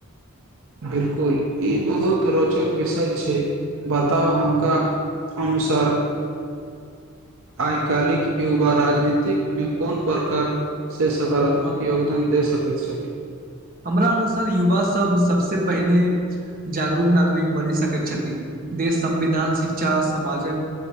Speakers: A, on the right; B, on the right.
A: बिलकुल ई बहुत रोचक विषय छै, बताउ हनका अनुसार आय काल्हिक के युवा राजनीतिक मे कोन प्रकार से सकारात्मक योगदान दे सकैत छली।
B: हमरा अनुसार युवा सब सबसे पहिने जागरूक नागरिक बनि सकैत छथि, देश, संविधान, शिक्षा, समाजक